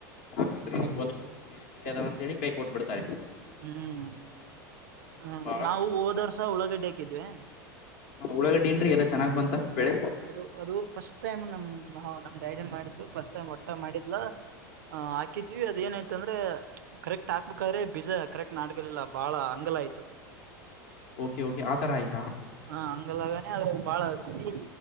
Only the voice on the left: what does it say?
ಹಾಗಾದ್ರೆ ನಿಮ್ಮ ಹೊಲಕ ನಮಗ್ ಬೇರೆ ಕಡೆೆಯ ಆದದವ ಅಂತೇಳಿ ಕೈ ಕೊಟ್ಬಿಡ್ತಾರೆ
ಬಾಳ
ಹ ಉಳ್ಳಗ ಡೀನ್ೀ ಎಲ್ಲ ಚೆನ್ನಾಗ್ ಬಂತ ಬೆಳೆ
ಓಕೆ ಓಕೆ ಆತರ ಆಯ್ತಾ